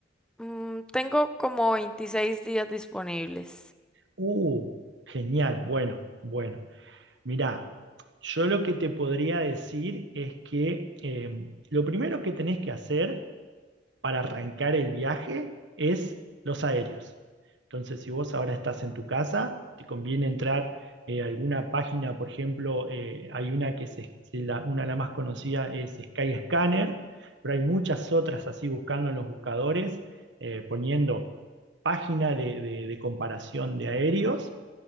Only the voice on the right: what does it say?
Uh, genial, bueno, bueno. Mirá, yo lo que te podría decir es que eh, lo primero que tenés que hacer para arrancar el viaje es los aéreos. Entonces, si vos ahora estás en tu casa, te conviene entrar eh, a alguna página, por ejemplo, eh, hay una que es, es la, una de las más conocidas es Skyscanner, pero hay muchas otras así buscando en los buscadores, eh, poniendo página de de- de comparación de aéreos